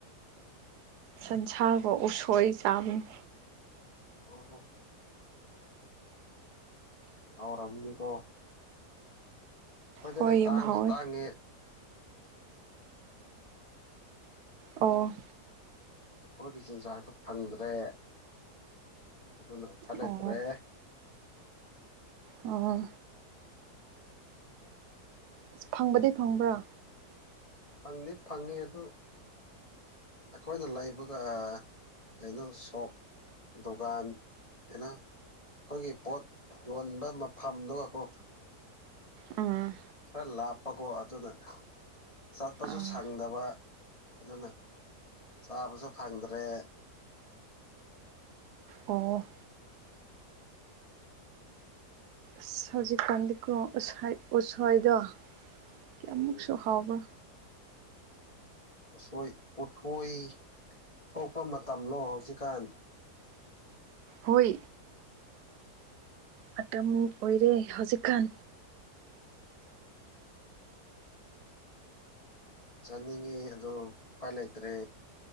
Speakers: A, on the right; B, on the left.
A: ꯁꯟꯁꯥꯒ ꯎꯁꯣꯏ ꯆꯥꯕꯅꯤ
B: ꯑꯣ ꯍꯣ ꯑꯥꯎꯔꯝꯅꯤꯀꯣ ꯍꫭꯏ ꯑꯗꯨꯗꯤ
A: ꯍꯣꯏ ꯌꯥꯝ
B: ꯇꯥꯡꯖꯨ
A: ꯍꯥꯎꯋꯦ
B: ꯇꯥꯡꯉꯦ
A: ꯑꯣ
B: ꯑꯩꯈꯣꯏꯒꯤ ꯆꯤꯟꯖꯥꯛꯇ ꯐꯪꯗ꯭ꯔꯦ ꯑꯗꯨꯅ ꯑꯝꯐ ꯂꯩꯇ꯭ꯔꯦ
A: ꯑꯣ ꯑꯣ ꯑꯁ ꯐꯪꯕꯗꯤꯩ ꯐꯪꯕ꯭ꯔꯥ
B: ꯐꯪꯗꯤ ꯐꯪꯉꯤ ꯑꯗꯨ ꯑꯩꯈꯣꯏꯅ ꯂꯩꯕꯒ ꯀꯩꯅꯣ ꯁꯣꯞ ꯗꯨꯀꯥꯟ ꯀꯩꯅꫭ ꯑꯩꯈꯣꯏꯒꯤ ꯄꯣꯠ ꯌꯣꯟꯕ ꯃꯐꯝꯗꯨꯒꯀꯣ
A: ꯎꯝ
B: ꯈꯔ ꯂꯥꯞꯄꯀꯣ ꯑꯗꯨꯅ ꯆꯠꯄꯁꯨ
A: ꯑꯥ
B: ꯁꯪꯗꯕ ꯑꯗꯨꯅ ꯆꯥꯕꯁꯨ ꯐꯪꯗ꯭ꯔꯦ
A: ꯑꯣꯐ ꯑꯁ ꯍꯧꯖꯤꯛꯀꯥꯟꯗꯤꯀꯣ ꯎꯁ ꯎꯁꯣꯏꯗꯣ ꯀꯌꯥꯃꯨꯛꯁꯨ
B: ꯎꯝ
A: ꯍꯥꯎꯕ꯭ꯔꯥ
B: ꯎꯁꯣꯏ ꯎꯊꯣꯏ ꯊꯣꯛꯄ ꯃꯇꯝꯂꯣ ꯍꯧꯖꯤꯛꯀꯥꯟ
A: ꯍꯣꯏ ꯃꯇꯝ ꯑꯣꯏꯔꯦ ꯍꯧꯖꯤꯛꯀꯥꯟ
B: ꯆꯥꯅꯤꯡꯉꯤ ꯑ ꯎꯄꯥꯏ ꯂꯩꯇ꯭ꯔꯦ